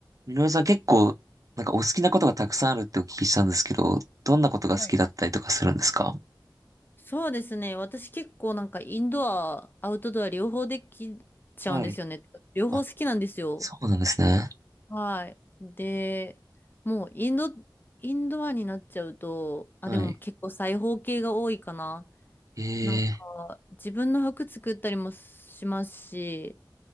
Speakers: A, on the right; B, on the left.
A: みのるさん結構、なんかお好きなことがたくさんあるってお聞きしたんですけど、どんなことが好きだったりとかするんですか
B: はい。そうですね。私結構なんかインドア、アウトドア両方できちゃうんですよね。
A: はい。
B: 両方好きなんですよ。
A: あ、そうなんですね。
B: はい。で、もうインド、インドアになっちゃうと、あ、
A: はい。
B: でも結構裁縫系が多いかな。
A: ええ、
B: なんか自分の服作ったりもしますし、